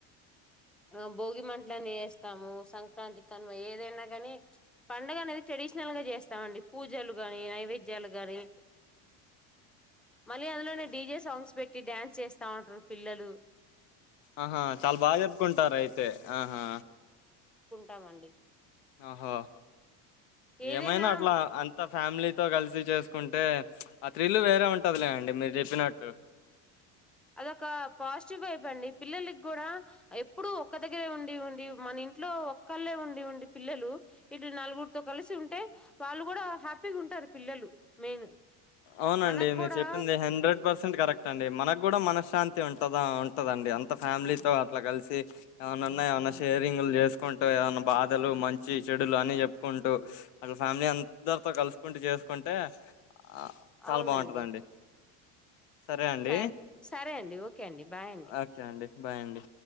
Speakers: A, in the centre; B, on the left.
A: ఆ భోగి మంటలన్ని వేస్తాము సంక్రాంతి కనుమ ఏదైనా కానీ పండుగ అనేది చెడి టడిషనల్ గా చేస్తామండి పూజలు గాని నైవేద్యాలు గాని
B: ఒ
A: మళ్ళీ అందులోనే డీజే సాంగ్స్ పెట్టి డ్యాన్స్ చేస్తా ఉంటారు పిల్లలు
B: ఆహా చాలా బాగా చెప్పుకుంటారు అయితే ఆహా
A: వడి
B: ఆహో
A: ఏదైనా
B: ఏమైనా అట్లా అంత ఫ్యామిలీతో డిస్ చేసుకుంటే ఆ త్రీలు వేరే ఉంటదిలే అండి మీరు చెప్పినట్టు
A: అదొక పాజిటివ్ వైపు అండి పిల్లలకి కూడా ఎప్పుడు ఒక్క దగ్గరే ఉండి ఉండి మైండ్ ఇంట్లో ఒక్కళ్లే ఉండి ఉండి పిల్లలు ఇటు నలుగురితో కలిసి ఉంటే వాళ్ళు కూడా హ్యాపీగా ఉ టారు పిల్లలు మెయిన్
B: అవునండి
A: మనకు
B: మీరు
A: కూడా
B: చెప్పింది హండ్రెడ్ పర్సెంట్ కరెక్ట్ అండి మనకు కూడా మన శాంతి ఉంటదా ఉంటదండి అంత ఫ్యామిలీతో అట్లా కలిసి ఏమనా ఉన్నా ఏమన్నా షేరింగ్లు చేసుకుంట ఏదన్నా బాధలు మంచి చెడులు అని చెప్పుకుంటూ మన ఫ్యామిలీ అందరితో కలుసుకుంటూ చేసుకు కుంటే ఆహ్ చాలా
A: అవునండి
B: బావుంటదండి. సరే అండి
A: సర్ సరే అండి ఓకే అండి బాయ్ అండి
B: ఓకే అండి బాయ్ అండి